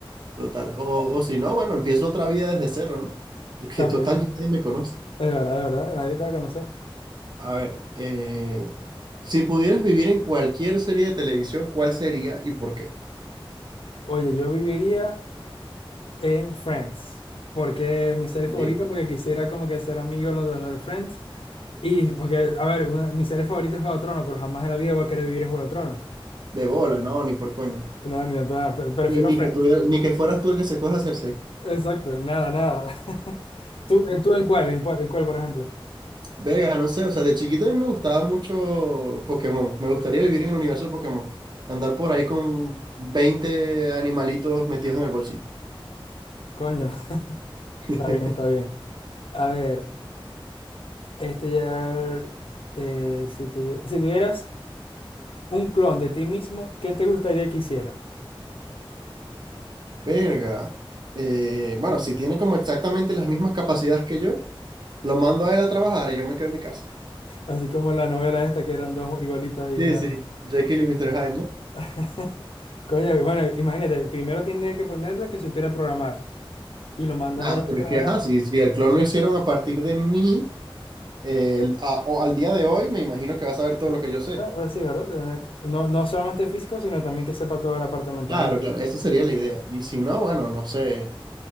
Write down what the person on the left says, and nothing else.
También.
Es verdad, es verdad, nadie te va a conocer.
Oye, yo viviría en Friends, porque es mi serie favorita,
porque quisiera como que ser amigo de los de, los de Friends, y porque, a ver, una- mi serie favorita es Juego de Tronos, pero jamás en la vida voy a querer vivir en Juego de Tronos.
No, ni de nada, pre- prefiero
Friends.
Exacto, nada, nada. <laughs> ¿Tú, tú en cuál, en cuál, en cuál, por ejemplo?
Coño, <laughs>
está bien, está bien. A ver, este ya, eh, si tuvi- si tuvieras un clon de ti mismo, ¿qué te gustaría que hiciera?
Así como la novela esta que eran dos igualitas y
una...
<laughs> Coño, bueno, imagínate, primero tiene que ponerle que supiera programar y lo mandas
a él
a trabajar.
Bueno, pues sí, ¿verdad? Tener- No, no solamente físico, sino también que sepa toda la parte mental.
Es verdad,